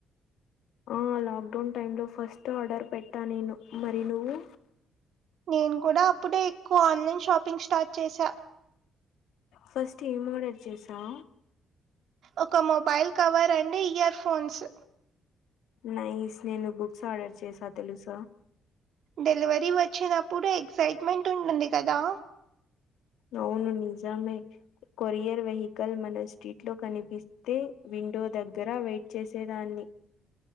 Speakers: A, on the left; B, on the right.
A: ఆ లాక్డౌన్ టైమ్ లో ఫస్ట్ ఆర్డర్ పెట్టా నేను. మరి నువ్వు
B: నేను కూడా అప్పుడే ఎక్కువ ఆన్లైన్ షాపింగ్ స్టార్ట్ చేసా.
A: ఫస్ట్ ఏం ఆర్డర్ చేసావు?
B: ఒక mobile cover and earphones.
A: Nice. నేను బుక్స్ ఆర్డర్ చేసా తెలుసా?
B: డెలివరీ వచ్చినప్పుడు ఎక్సైట్మెంట్ ఉంటుంది కదా?
A: అవును. నిజమే కొరియర్ వెహికల్ మన స్ట్రీట్ లో కనిపిస్తే వీ విండో దగ్గర వెయిట్ చేసేదాన్ని.